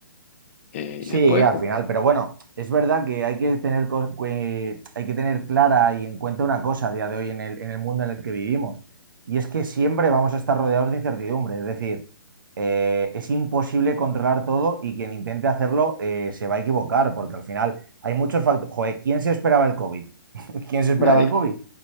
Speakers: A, on the left; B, on the right.
A: Eh,
B: Sí,
A: y después,
B: al
A: pues,
B: final, pero bueno, es verdad que hay que tener, co- que hay que tener clara y en cuenta una cosa a día de hoy en el, en el mundo en el que vivimos, y es que siempre vamos a estar rodeados de incertidumbre, es decir, eh, es imposible controlar todo y quien intente hacerlo eh, se va a equivocar, porque al final hay muchos factores. Joder, ¿quién se esperaba el COVID? <laughs> ¿Quién se esperaba
A: nada,
B: el COVID?